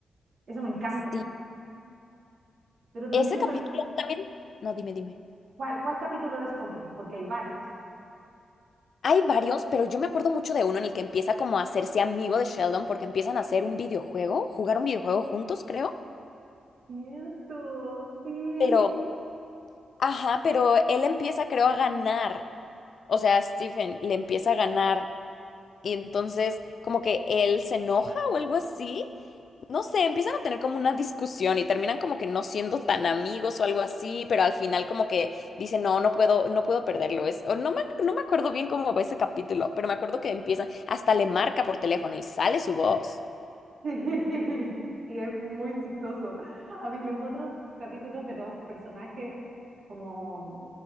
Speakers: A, on the right; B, on the left.
A: Eso me encanta.
B: Sí.
A: Pero también,
B: Ese
A: apare-
B: capítulo también, no, dime, dime.
A: ¿cuál, cuál capítulo es Hawking? Porque hay varios.
B: Hay varios, pero yo me acuerdo mucho de uno en el que empieza como a hacerse amigo de Sheldon porque empiezan a hacer un videojuego, jugar un videojuego juntos, creo.
A: Cierto, sí.
B: Pero, ajá, pero él empieza, creo, a ganar. O sea, Stephen le empieza a ganar. Y entonces, como que él se enoja o algo así. no sé, empiezan a tener como una discusión y terminan como que no siendo tan amigos o algo así, pero al final como que dicen, no, no puedo, no puedo perderlo. Es, o no me, no me acuerdo bien cómo va ese capítulo, pero me acuerdo que empiezan, hasta le marca por teléfono y sale su voz.
A: <laughs> Y es muy chistoso. A mí los otros capítulos de los personajes como